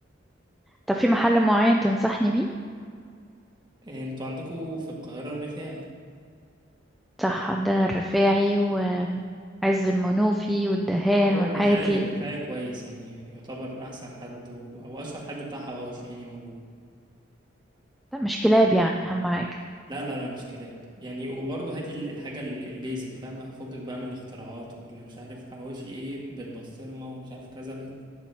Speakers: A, in the centre; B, on the right.
A: طب في محل معين تنصحني بيه
B: إيه، انتوا عندكم في القاهره الرفاعي
A: صح عندنا الرفاعي وعز المنوفي والدهان
B: هو
A: والحياتي
B: الرفاعي الرفاعي كويس يعني يعتبر احسن حد و... او اشهر حد بتاع حواوش يعني موجود
A: لا مش كلاب يعني اهم حاجه
B: لا لا لا مش كلاب يعني وبرضه هاتي ال- الحاجه ال- البيزك فاهمه هفكك بقى من الاختراعات واللي مش عارف حواوشي ايه بالبسطرمه ومش عارف كذا بال...